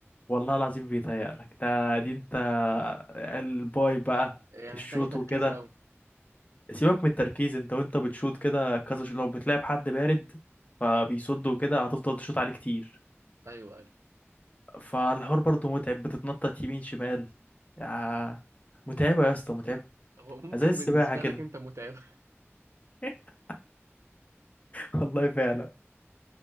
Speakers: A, on the left; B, on the right.
A: والله العظيم بيتهيألك ده دي انت الباي بقى
B: يعني
A: الشوط
B: محتاجة تركيز
A: وكده
B: أوي
A: سيبك من التركيز انت وانت بتشوط كده كذا شوط لو بتلعب حد بارد فبيصد وكده هتفضل تشوط عليه كتير
B: أيوه أيوه
A: فالحوار برضه متعب بتتنطط يمين شمال يا متعبة يا اسطى متعبة
B: هو ممكن
A: زي السباحة
B: بالنسبة
A: كده
B: لك أنت متعبة
A: <laughs> والله
B: <laughs>
A: فعلا